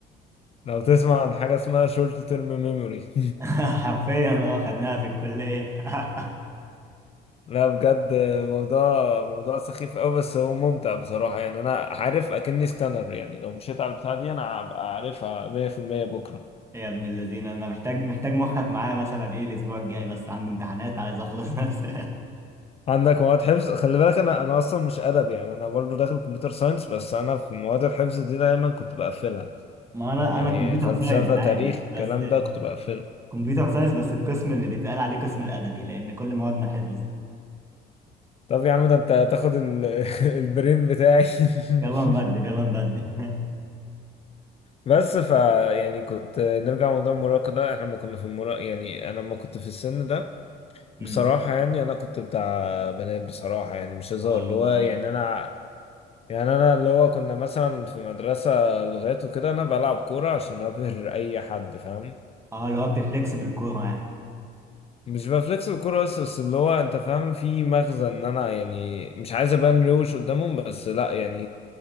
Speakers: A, on the left; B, on the right.
A: لو تسمع عن حاجة اسمها شورت تيرم ميموري <laughs>
B: <laughs> حرفيا اه خدناها في الكلية <laughs>
A: لا بجد موضوع موضوع سخيف قوي بس هو ممتع بصراحة يعني انا عارف اكني سكانر يعني لو مشيت على البتاع دي انا هبقى عارفها 100% بكرة <laughs>
B: يا ابن الذين انا محتاج محتاج مخك معايا مثلا ايه الاسبوع الجاي بس عندي امتحانات عايز اخلص <laughs> بس
A: عندك مواد حفظ خلي بالك انا انا اصلا مش ادب يعني انا برضو داخل كمبيوتر ساينس بس انا في مواد الحفظ دي دايما كنت بقفلها
B: ما انا
A: يعني
B: انا كمبيوتر
A: فلسفة
B: ساينس
A: تاريخ
B: عادي
A: الكلام
B: بس
A: ده كنت بقفله
B: كمبيوتر ساينس بس القسم اللي بيتقال عليه قسم الادبي لان كل موادنا حفظ
A: طب يا عم ده انت هتاخد ال... <laughs> البرين بتاعي <laughs>
B: يلا نبدل يلا نبدل <laughs>
A: بس ف يعني كنت نرجع لموضوع المراهقة ده احنا لما كنا في المراهقة يعني انا لما كنت في السن ده
B: امم
A: بصراحة يعني انا كنت بتاع بنات بصراحة يعني مش هزار
B: والله.
A: اللي هو يعني انا يعني انا اللي هو كنا مثلا في مدرسة لغات وكده انا بلعب كورة عشان ابهر اي حد فاهم
B: <laughs> اه اللي هو بتفليكس بالكورة يعني
A: مش بفلكس بالكورة بس بس اللي هو انت فاهم في مغزى ان انا يعني مش عايز ابان روش قدامهم بس لا يعني